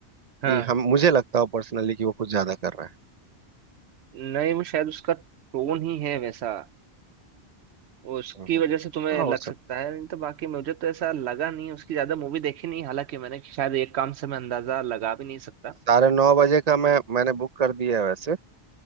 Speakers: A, on the right; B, on the right.
A: हाँ
B: कि हम मुझे लगता हो पर्सनली कि वो कुछ ज्यादा कर रहा है
A: नहीं वो शायद उसका टोन ही है वैसा उसकी
B: हम्म,
A: वजह से तुम्हें
B: हाँ
A: लग
B: हो सकता
A: सकता
B: है
A: है नहीं तो बाकी मुझे तो ऐसा लगा नहीं उसकी ज्यादा मूवी देखी नहीं हालांकि मैंने शायद एक काम से मैं अंदाजा लगा भी नहीं सकता
B: साढ़े नौ बजे का मैं मैंने बुक कर दिया है वैसे